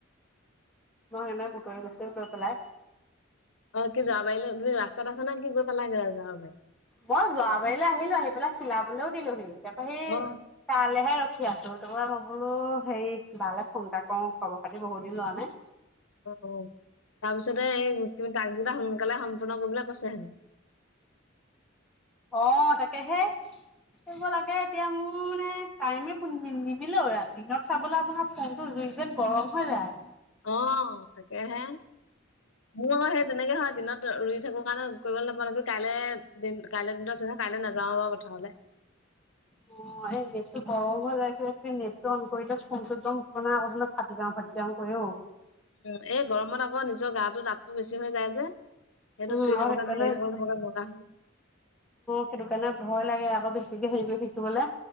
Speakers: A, in the centre; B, on the left (about 80°).
A: মই সে নাই বুতৰি গৈছো গৈ পেলাই
B: অ কি যোৱা বাৰিলে তুমি ৰাস্তাত আছা নে কি গৈ পালা গে ৰাইজৰ বাৰি
A: মই যোৱাবাৰিললৈ আহিলো আহি পেলাই চিলাবলৈও দিলোহি তাপা সৈই
B: অ
A: তালেহে ৰখি আছো তাপা মই বোলো হেৰি বালে ফোন এটা কৰওঁ খবৰ খাতি বহুত দিন লোৱা নাই
B: অ তাৰ পিছতে ডাগ শুনো সোনকালে সম্পূৰ্ণ কৰিবলৈ কৈছে হেনো
A: অ তাকেহে কৰিব লাগে এতিয়া মোৰ
B: <inaudible>
A: মানে টাইমে নিমিলে ৰাতি দিনত চাবলে আপোনাৰ ফোনটো জুই যেন গৰম হৈ যায়
B: অ তাকেহে মোৰ আকৌ সেই তেনেকে হয় দিনত ৰুই থাকিব কাৰণে কৰিবলৈ নাপালি কাইলৈ দিন কাইলৈ দিন কাইলৈ নাযাওঁ বাৰু পথাৰলে <inaudible>
A: অ এই নেট টো গৰম হৈ যাইছিল এক নেটটো অন কৰিলে ফোনটো অকনা কৈছো নহয় ফাটি যাওঁ ফাটি যাওঁ কৰে অ
B: উ এই গৰমত আকৌ নিজৰ গাটো তাপটো বেছি হৈ যায় যে সেইটো
A: উম
B: চুই
A: আৰু
B: থাকোতে
A: সেইটো কাৰণে
B: ধৰি
A: অ
B: থাকোতে থাকোতে লগা হয়
A: সেইটো কাৰণে ভয় লাগে আক বেছিকে হেৰি কৰি থাকিবলে